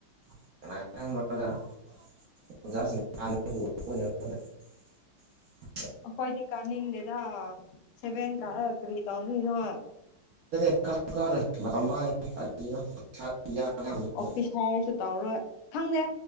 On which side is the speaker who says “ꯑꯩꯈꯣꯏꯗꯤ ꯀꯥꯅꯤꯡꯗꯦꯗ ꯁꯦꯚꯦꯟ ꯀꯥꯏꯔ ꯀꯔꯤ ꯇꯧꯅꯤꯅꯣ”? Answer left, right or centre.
Left